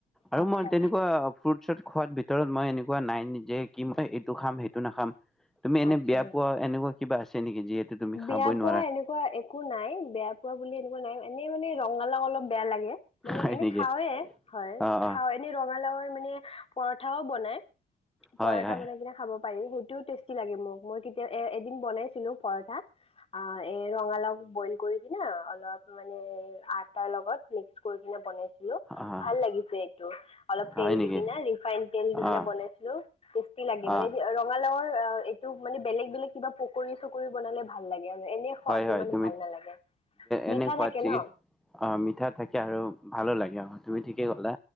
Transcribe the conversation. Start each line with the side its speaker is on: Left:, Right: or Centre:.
Centre: আৰু
Left: আচ্ছা
Centre: মই তেনেকুৱা ফ্ৰুট তাৰ পিছত খোৱাৰ ভিতৰত মই এনেকুৱা নাই নি যে কি মই এইটো খাম সেইটো নাখাম তুমি এনে
Left: আচ্ছা
Centre: বেয়া পোৱা এনেকোৱা। কিবা আছে নেকি যিহেতু তুমি খাবই
Left: বেয়া
Centre: নোৱাৰা
Left: পোৱা এনেকোৱা একো নাই বেয়া পোৱা বুলি এনেকোৱা নাই এনে। মানে ৰঙলাউ অলপ বেয়া লাগে। মানে
Centre: হয়
Left: এনে
Centre: নেকি?
Left: খাওয়ে হয়
Centre: অ', অ',
Left: খা এনে ৰঙালাউৰ মানে পৰঠাও বনাই
Centre: হয়
Left: পৰঠা
Centre: হয়
Left: বনাই কিনে খাব। পাৰি সেইটোও টেচটি লাগে মোক মই কেতিয়া এদিন বনাইছিলো? পৰঠা অ এই ৰঙালাউ। বইল কৰি কিনে অলপ। মানে আচাৰ লগত মিস কৰিপিনে বনাইছিলো
Centre: অ',
Left: ভাল লাগিছে এইটো অলপ
Centre: হয়
Left: তেল
Centre: নেকি?
Left: দিকিনে ৰিফাইন তেল দি কিননে
Centre: অ',
Left: বনাইছো তেচটি লাগিল
Centre: অ',
Left: ৰঙালাউ। অ এইটো মানে বেলেগ বেলেগ কিবা পকৰি। চুকৰি বনালে ভাল লাগে। আৰু এনে খোৱাত
Centre: হয় হয়
Left: ইমান
Centre: তুমি
Left: ভাল নালাগে
Centre: এনে
Left: মিঠা
Centre: সোৱাদ
Left: থাকে ন
Centre: অ মিঠা থাকে আৰু ভালো লাগে আমাক। তুমি ঠিকে ক'লা